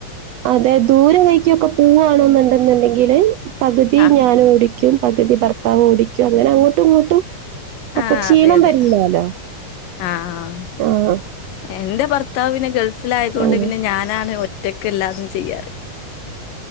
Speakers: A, on the right; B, on the left.
A: അതെ ദൂരം വയിക്കൊക്കെ പോവാണ്ന്ന്ണ്ടെങ്കില് പകുതി
B: ആഹ്
A: ഞാനോടി ക്യും പകുതി ഭർത്താവ് ഓടിക്കും അങ്ങനെ അങ്ങട്ടും ഇങ്ങട്ടും അപ്പൊ
B: ആഹ്
A: ക്ഷീണം
B: അതെ അതെ
A: വരില്ലോലൊ
B: ആഹ്
A: ആഹ്.
B: എന്റെ ഭർത്താവ് പിന്നെ ഗൾഫിലായതോണ്ട്
A: അങ്ങനത്തെ
B: പിന്നെ ഞാനാണ് ഒറ്റക്ക് എല്ലാതും ചെയ്യാറ്.